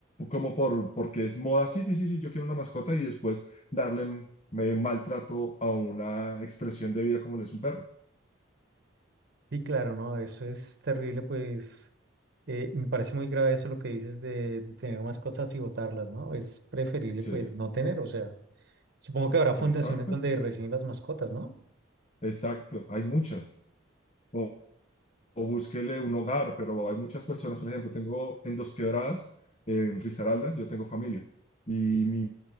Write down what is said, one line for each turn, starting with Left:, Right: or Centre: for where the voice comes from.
Left: como por, porque es moda, sí, sí, sí, sí, yo quiero una mascota y después darle m- me- maltrato a una expresión de vida como lo es un perro.
Right: Sí, claro, no, eso es terrible, pues eh, me parece muy grave eso lo que dices de, de tener más cosas y botarlas, ¿no? Es preferible
Left: Sí,
Right: pues no tener, o sea, supongo que habrá fundaciones
Left: exacto,
Right: donde reciben las mascotas, ¿no?
Left: exacto, hay muchas. O, o búsquele un hogar, pero hay muchas personas, por ejemplo, tengo en Dos Quebradas, en Risaralda, yo tengo familia. Y mi